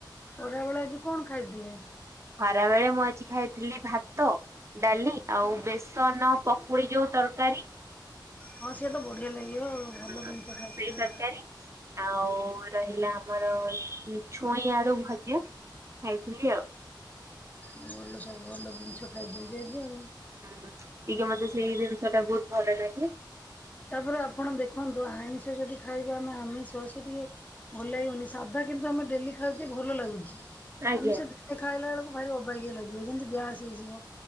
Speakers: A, on the left; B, on the right.
A: ଖରାବେଳେ ଆଜି କଣ ଖାଇଥିଲେ?
B: ଖରାବେଳେ ମୁଁ ଆଜି ଖାଇଥିଲି ଭାତ ଡାଲି ଆଉ ବେସନ ପକୁଡି ଯୋଉ ତରକାରୀ?
A: ହଁ ସିଏ ତ ବଢିଆ ଲାଗିବ ଆଉ। ଭଲ
B: ହଁ
A: ଜିନିଷ
B: ସେଇ
A: ଖାଇଥିଲେ।
B: ତରକାରୀ ଆଉ ରହିଲା ଆମର, ଛୁଇଁ ଆଳୁ ଭଜା, ଖାଇଥିଲି ଆଉ।
A: ଆଉ ଭଲ ସବୁ ଭଲ ଜିନିଷ ଖାଇଛନ୍ତି ଆଜି ଆଉ।
B: ହୁଁ ହୁଁ। ଟିକେ ମତେ ସେଇ ଜିନିଷଟା ବହୁତ ଭଲ ଲାଗେ
A: ତାପରେ ଆପଣ ଦେଖନ୍ତୁ, ଆଇଁଷ ଯଦି ଖାଇବେ ଆମେ ଆମିଷ, ସେ ଟିକେ ଭଲ ଲାଗିବନି, ସାଧା କିନ୍ତୁ ଆମେ ଡେଲି ଖାଉଛେ ଭଲ ଲାଗୁଛି।
B: ଆଜ୍ଞା
A: ଆମିଷ ଯେତେ ଖାଇଲା ବେଳକୁ ଭାରି ଅବାଗିଆ ଲାଗିବ ଯେମିତି ଗ୍ୟାସ୍ ହେଇଯିବ।